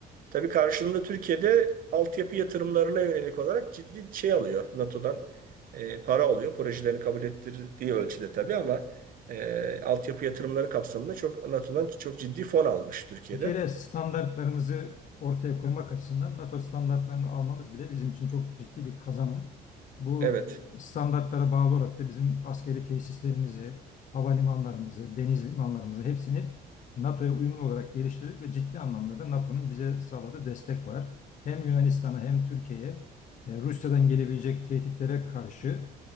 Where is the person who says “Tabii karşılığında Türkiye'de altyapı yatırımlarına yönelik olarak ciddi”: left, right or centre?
Right